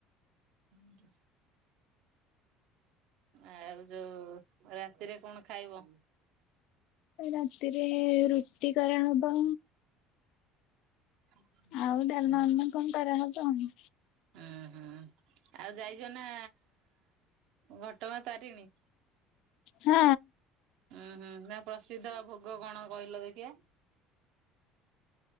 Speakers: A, on the right; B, on the left.
A: ହୁଁ ଆଉ ଯୋଉ ରାତିରେ କଣ ଖାଇବ?
B: ରାତିରେ ରୁଟି କରା ହବ
A: ହୁଁ
B: ଆଉ ଡାଲମା
A: <inaudible>
B: ଫାଲମା କଣ କରାହବ ଆଉ
A: ହୁଁ ହୁଁ ଆଉ ଯାଇଛ ନା ଘଟଗାଁ ତାରିଣୀ?
B: ହଁ
A: ଓଁ ହୁଁ ତାଙ୍କ ପ୍ରସିଦ୍ଧ ଭୋଗ କଣ କହିଲ ଦେଖିଆ